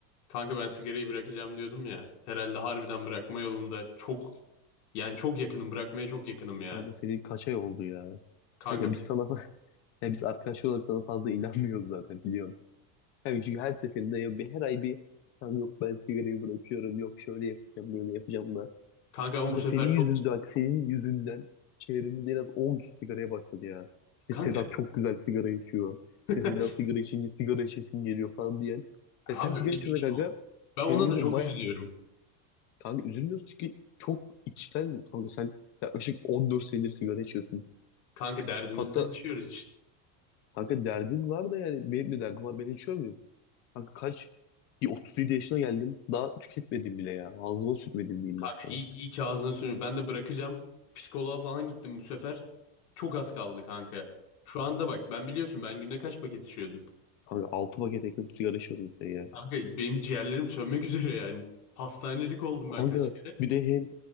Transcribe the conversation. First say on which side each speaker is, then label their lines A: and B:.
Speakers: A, on the left (about 70°); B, on the left (about 25°).
A: Kanka ben sigarayı bırakacağım diyordum ya. Herhalde harbiden bırakma yolunda çok yani çok yakınım bırakmaya çok yakınım ya.
B: Kanka seri kaç ay oldu ya?
A: Kanka
B: Kanka biz sana fa- <laughs> ya biz arkadaşlar olarak sana fazla inanmıyoruz zaten biliyorsun. Yani çünkü her seferinde ya bir her ay bir kanka yok ben sigarayı bırakıyorum yok şöyle yapacağım böyle yapacağım da.
A: kanka ama
B: Kanka
A: bu sefer
B: senin yüzünden
A: çok
B: senin yüzünden çevremizde en az 10 kişi sigaraya başladı ya. İşte
A: kanka
B: Sedat çok güzel sigara içiyor.
A: <laughs>
B: İşte Sedat sigara içince sigara içesim geliyor falan diyen.
A: abi
B: Ya sen sigara
A: öyle
B: içiyorsun
A: bir şey mi
B: kanka
A: oldu? Ben
B: çevremizde
A: ona da çok
B: baya
A: üzülüyorum.
B: kanka üzülmüyorsun çünkü çok içten kanka sen yaklaşık 14 senedir sigara içiyorsun.
A: Kanka derdimizden
B: Hatta
A: içiyoruz işte.
B: Kanka derdin var da yani benim de derdim var. Ben içiyor muyum? Kanka kaç? Bir 37 yaşına geldim. Daha tüketmedim bile ya. Ağzıma sürmedim diyeyim
A: Kanka
B: bak sana.
A: iyi, iyi ki ağzına sürüyor. Ben de bırakacağım. Psikoloğa falan gittim bu sefer. Çok az kaldı kanka. Şu anda bak ben biliyorsun ben günde kaç paket içiyordum.
B: Kanka 6 paket yakın sigara içiyordum sen ya.
A: Kanka benim ciğerlerim sönmek üzere yani. Hastanelik oldum ben
B: Kanka
A: kaç kere.
B: bir de hem